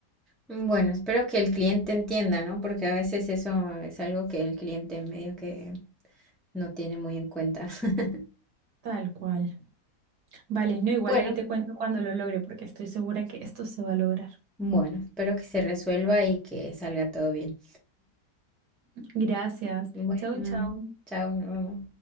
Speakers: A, in the centre; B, on the right.
A: Bueno, espero que el cliente entienda, ¿no? Porque a veces eso es algo que el cliente medio que no tiene muy en cuenta. <laughs>
B: Tal cual. Vale,
A: Mm,
B: no, igual
A: Bueno,
B: ahí te cuento cuando lo logre, porque estoy segura que esto se va a lograr.
A: bueno, espero que se resuelva y que salga todo bien.
B: Gracias.
A: Bueno,
B: Chau, chau.
A: chao, nos vemos.